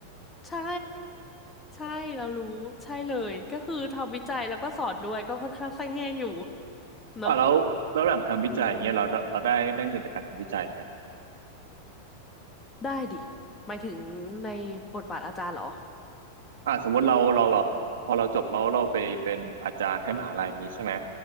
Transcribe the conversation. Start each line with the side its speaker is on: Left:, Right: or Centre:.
Left: ใช่ใช่เรารู้ใช่เลยก็คือทำวิจัยแล้วก็สอนด้วยก็ค่อนข้างไส้แห้งอยู่เนอะ
Right: อ่าแล้วแล้วหลังทำวิจัยอย่างเงี้ยเราเราได้ได้เงินจากการทำวิจัยไหม
Left: อืมได้ดิหมายถึงในบทบาทอาจารย์เหรอ
Right: อ่าสมมติเราเราแบบพอเราจบแล้วเราไปเป็นอาจารย์ให้มหาลัยนี้ใช่ไหม